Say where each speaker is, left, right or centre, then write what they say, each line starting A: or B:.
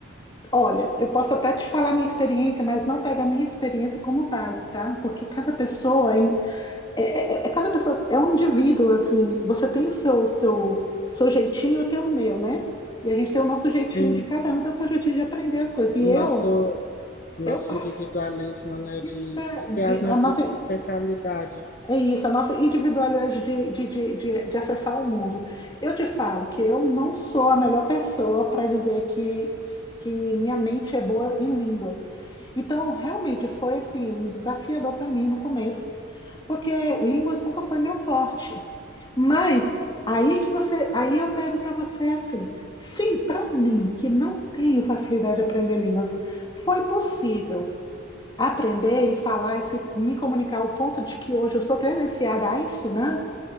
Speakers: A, on the left (about 20°); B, on the left (about 40°).
A: Olha, eu posso até te falar minha experiência, mas não pega a minha experiência como base, tá? Porque cada pessoa é, é- é- é, é, cada pessoa é um indivíduo, assim, você tem o seu, seu, seu jeitinho, eu tenho o meu, né? E a gente tem o nosso jeitinho
B: Sim,
A: de cada um, tem o seu jeitinho de aprender as coisas. E
B: o
A: eu,
B: nosso, o nosso
A: eu parti.
B: individualismo, né, de,
A: Isso é-
B: de ter as
A: e
B: nossas
A: a nossa,
B: especialidades,
A: É isso, a nossa individualidade de, de, de, de, de acessar o mundo. Eu te falo que eu não sou a melhor pessoa para dizer que, que minha mente é boa em línguas. Então, realmente foi assim, um desafiador para mim no começo, porque línguas nunca foi meu forte. Mas aí que você, aí eu pego para você assim, sim, para mim que não tenho facilidade de aprender línguas, foi possível aprender e falar e se- me comunicar ao ponto de que hoje eu sou credenciada a ensinar,